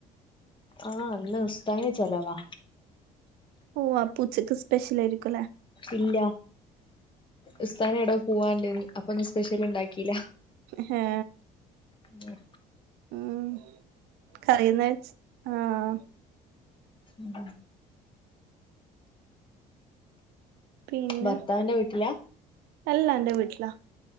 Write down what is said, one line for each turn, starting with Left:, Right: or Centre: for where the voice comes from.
Left: ആഹ് ഇന്ന് ഉസ്തദിന്റെ ചെലവാ.
Right: ഓ അപ്പോ ഉച്ചക്ക് സ്പെഷ്യൽ ആയിരിക്കു അല്ലെ.
Left: ഇല്ല ഉസ്‌തായിന് എടോ പോവാണ്ട അപ്പൊന്നും സ്പെഷ്യൽ ഉണ്ടാക്കിയില്ല.
Right: ഹെ.
Left: ഉം.
Right: ഉം കറിയെന്ന വെച് ആഹ്.
Left: ഉം
Right: പിന്ന
Left: ഭർത്താവിന്റെ വീട്ടിലാ
Right: അല്ലാ അന്റെ വീട്ടിലാ.